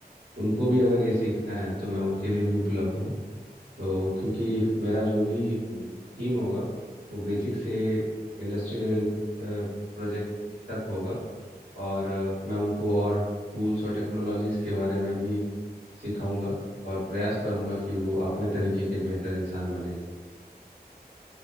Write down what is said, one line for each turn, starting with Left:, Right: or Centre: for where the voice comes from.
Right: उनको भी अगर ये सीखना है तो मैं उनके लिए
Left: हम्म
Right: भी
Left: हम्म,
Right: उपलब्ध हूँ तो क्योंकि मेरा जो भी
Left: जी
Right: टीम होगा वो बेसिक से इंडस्ट्री लेवल प्रोजेक्ट तक होगा और अ, मैं उनको और टूल्स
Left: जी
Right: और टेक्नोलॉजीज के बारे में भी सिखाऊंगा और प्रयास करूंगा कि वो अपने तरीके के बेहतर इंसान बने